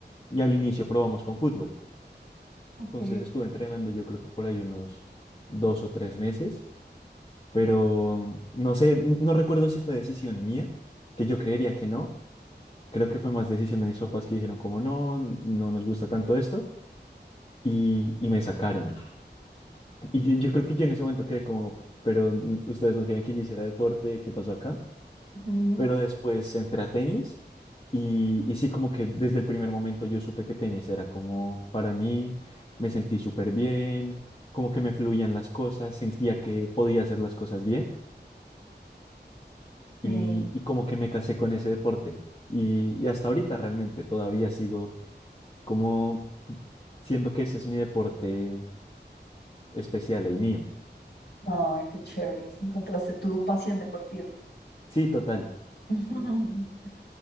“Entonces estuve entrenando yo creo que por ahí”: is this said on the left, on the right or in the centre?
Left